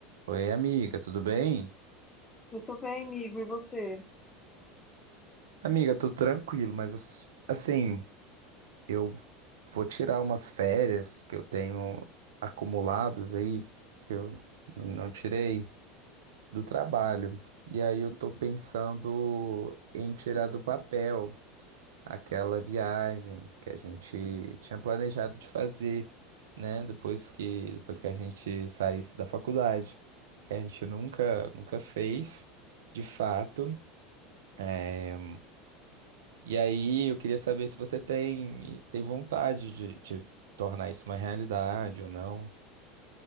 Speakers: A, on the right (about 80°); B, on the left (about 20°).
A: Oi, amiga, tudo bem?
B: Eu tô bem, amigo. E você?
A: Amiga, tô tranquilo, mas ass- assim, eu vou tirar umas férias que eu tenho acumuladas aí, que eu não tirei do trabalho. E aí eu tô pensando em tirar do papel aquela viagem que a gente tinha planejado de fazer, né? Depois que, depois que a gente saísse da faculdade, que a gente nunca, nunca fez, de fato. eh, E aí eu queria saber se você tem, tem vontade de, de tornar isso uma realidade ou não.